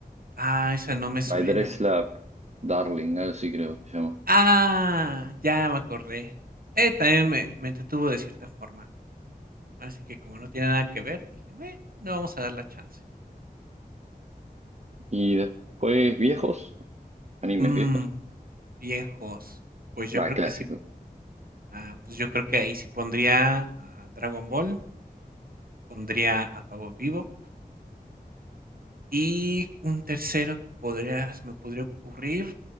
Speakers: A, on the right (about 65°); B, on the right (about 45°).
A: Ah, esa no me suena.
B: My Dress Lab, Darling, algo así creo que se llama.
A: Ah, ya me acordé. Eh, también me, me entretuvo de cierta forma. Así que como no tiene nada que ver, dije, "Meh, no vamos a dar la chance.
B: Y después viejos, animes
A: Mm,
B: viejos.
A: viejos. Pues yo
B: Va,
A: creo
B: clásicos.
A: que sí Ah, pues yo creo que ahí sí pondría a Dragon Ball, pondría a Cabo Vivo. Y un tercero que podría, se me podría ocurrir,